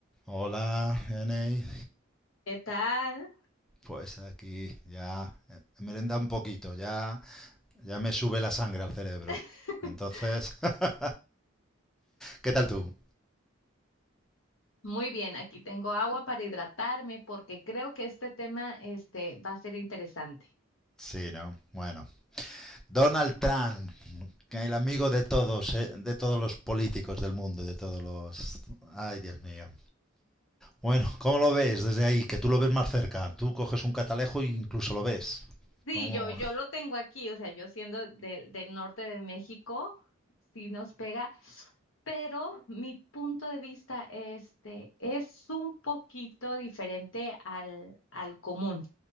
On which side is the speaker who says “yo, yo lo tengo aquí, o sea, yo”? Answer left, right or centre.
Left